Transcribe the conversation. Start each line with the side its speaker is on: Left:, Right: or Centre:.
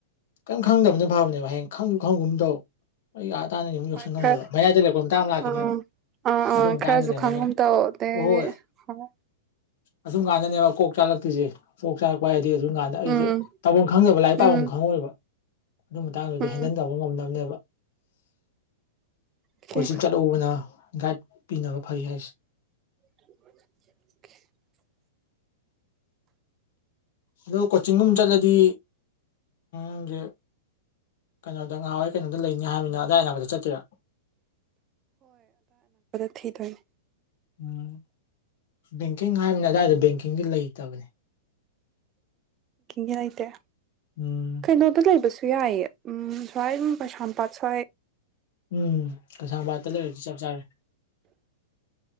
Left: ꯀꯔꯤꯝ ꯈꯪꯗꯕꯅ ꯐꯕꯅꯦꯕ ꯍꯌꯦꯡ ꯈꯪꯁꯨ ꯈꯪꯒꯨꯝ ꯇꯧ ꯑꯩ ꯍꯇꯥꯅꯤ ꯑꯃꯨ ꯂꯧꯁꯟ
Right: ꯍꯣꯏ
Left: ꯉꯝꯗꯕ
Right: ꯈꯔ
Left: ꯃꯌꯥꯏꯗ ꯂꯄ ꯃꯇꯇꯥ ꯑꯃ ꯂꯥꯛꯈꯤꯅꯦꯕ
Right: ꯎꯝ ꯑꯥ
Left: ꯑꯗꯨ
Right: ꯑꯥ
Left: ꯃꯇꯥꯡꯗꯅꯦꯕ
Right: ꯈꯔꯁꯨ ꯈꯪꯒꯨꯝ
Left: ꯅꯪ
Right: ꯇꯧ ꯑꯗꯩꯗꯤ
Left: ꯑꯣꯍꯣꯏꯣꯏ
Right: ꯍꯣꯏ
Left: ꯑꯗꯨꯝ ꯀꯥꯟꯗꯅꯦꯕ ꯀꯣꯛ ꯆꯥꯂꯛꯇ꯭ꯁꯦ ꯀꯣꯛ ꯆꯥꯔꯛꯄ ꯍꯥꯏꯗꯤ ꯑꯗꯨ ꯀꯥꯟꯗ ꯑꯩꯁꯦ
Right: ꯎꯝ
Left: ꯇꯥꯐꯝ ꯈꯪꯗꯦꯕ ꯂꯥꯏꯔꯤꯛ
Right: ꯎꯝ
Left: ꯄꯥꯐꯝ ꯈꯪꯉꯣꯏꯦꯕ ꯑꯗꯨ ꯃꯇꯥꯡꯗꯨꯗ
Right: ꯎꯝ
Left: ꯍꯦꯟꯖꯟ ꯇꯧꯕ ꯉꯝꯅꯕꯅꯦꯕ
Right: ꯑꯣꯀꯦ
Left: ꯀꯣꯆꯤꯡ ꯆꯠꯍꯧꯕꯅ ꯒꯥꯏꯠ ꯄꯤꯅꯕ ꯐꯩ ꯍꯥꯏꯁꯦ
Right: <inaudible>
Left: ꯑꯗꯣ ꯀꯣꯆꯤꯡꯒꯨꯝ ꯆꯠꯂꯗꯤ ꯎꯁꯦ ꯀꯩꯅꯣꯗ ꯉꯥꯏꯍꯋꯥꯣꯏ ꯀꯩꯅꯣꯗ ꯂꯩꯅꯤ ꯍꯥꯏꯕꯅꯤꯅ ꯑꯗꯥꯏ ꯑꯅ ꯈꯛꯇ ꯆꯠꯇꯔꯥ
Right: ꯊ ꯇꯣꯏ
Left: ꯎꯝ ꯕꯦꯡꯀꯤꯡ ꯍꯥꯏꯕꯅꯤ ꯑꯗꯨꯗꯥꯏꯗ ꯕꯦꯡꯀꯤꯡꯗꯤ ꯂꯩꯇꯕꯅꯤ
Right: ꯅꯥꯏꯇꯦ
Left: ꯎꯝ
Right: ꯀꯩꯅꯩꯅꯣꯗ ꯂꯩꯏꯕꯁ ꯁꯨ ꯌꯥꯏꯌꯦ ꯎꯝ ꯁꯋꯥꯏ ꯑꯗꯨꯝ ꯄꯩꯁꯥꯝꯄꯥꯠ ꯁ꯭ꯏ
Left: ꯎꯝ ꯀꯩꯁꯥꯝꯄꯥꯠꯇ ꯂꯩꯔꯗꯤ ꯆꯞ ꯆꯥꯔꯦ